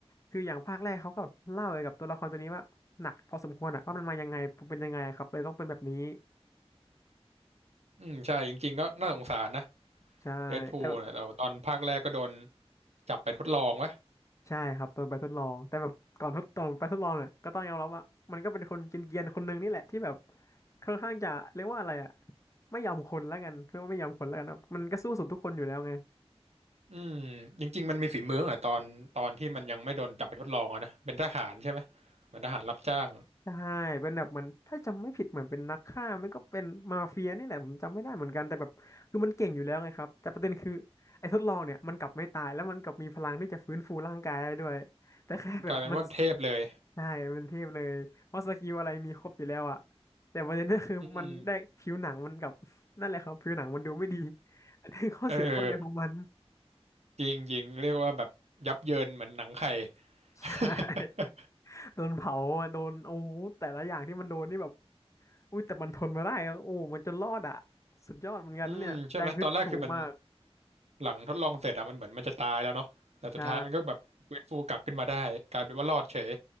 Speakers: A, on the left; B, on the right.
A: คืออย่างภาคแรกเขาก็แบบเล่าเกี่ยวกับตัวละครตัวนี้ว่าหนักพอสมควรอะว่ามันมายังไงเป็นยังไงครับเลยต้องเป็นแบบนี้ <laughs>
B: อืมใช่จริงๆก็น่าสงสารนะ
A: ใช่แต่แบบ
B: เดดพูลนะแต่ว่าตอนภาคแรกก็โดนจับไปทดลองวะ
A: ใช่ครับตอนไปทดลองแต่แบบก่อนทดตอนไปทดลองเนี่ยก็ต้องยอมรับว่ามันก็เป็นคนเกรียนๆคนหนึ่งนี่แหละที่แบบค่อนข้างจะเรียกว่าอะไรอะไม่ยอมคนแล้วกันเรียกว่าไม่ยอมคนแล้วกันครับมันก็สู้สุดทุกคนอยู่แล้วไง
B: อืมจริงๆมันมีฝีมืออ่ะตอนตอนที่มันยังไม่โดนจับไปทดลองอะนะเป็นทหารใช่ไหมเหมือนทหารรับจ้าง
A: ใช่เป็นแบบเหมือนถ้าจำไม่ผิดเหมือนเป็นนักฆ่าไม่ก็เป็นมาเฟียนี่แหละผมจำไม่ได้เหมือนกันแต่แบบคือมันเก่งอยู่แล้วไงครับแต่ประเด็นคือไอ้ทดลองเนี่ยมันกลับไม่ตายแล้วมันกลับมีพลังที่จะฟื้นฟูร่างกายได้ด้วยแต่แค่แบบมัน
B: กลายเป็นว่าเทพเลย
A: ใช่เป็นเทพเลย เพราะสกิลอะไรมีครบอยู่แล้วอะ แต่ประเด็นก็คือมันได้ผิวหนังมันกับ
B: อืม
A: <laughs> นั่นแหละครับผิวหนังมันดูไม่ดี <laughs> อันนี้ข้อเสียข้อเดียวของมัน
B: เออ จริงจริงเรียกว่าแบบยับเยินเหมือนหนังไข่ <laughs>
A: <laughs> ใช่ โดนเผาอะโดนโอ้โหแต่ละอย่างที่มันโดนนี่แบบอุ้ยแต่มันทนมาได้อะโอ้มันจนรอดอะ สุดยอดเหมือนกันนะเนี่ยแรงฮึดสูงมาก
B: อืมใช่ไหมตอนแรกคือมันหลังทดลองเสร็จอะมันเหมือนมันจะตายแล้วเนาะแต่สุดท้ายมันก็แบบฟื้นฟูกลับขึ้นมาได้กลายเป็นว่ารอดเฉย
A: ใช่